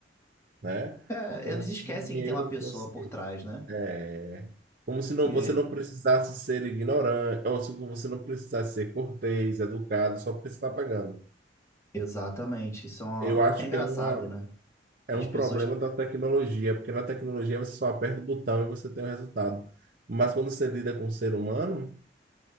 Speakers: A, on the right; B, on the left.
A: né?
B: é,
A: Como
B: eles esquecem
A: se o dinheiro
B: que tem uma pessoa
A: fosse,
B: por trás, né?
A: é, como se não,
B: É,
A: você não precisasse ser ignorante, ou se você não precisasse ser cortês, educado, só porque você está pagando.
B: Exatamente. Isso é, uma-
A: Eu acho
B: é engraçado,
A: que é uma,
B: né?
A: é
B: As
A: um
B: pessoas.
A: problema da tecnologia, porque na tecnologia você só aperta o botão e você tem o resultado. Mas quando você lida com o ser humano,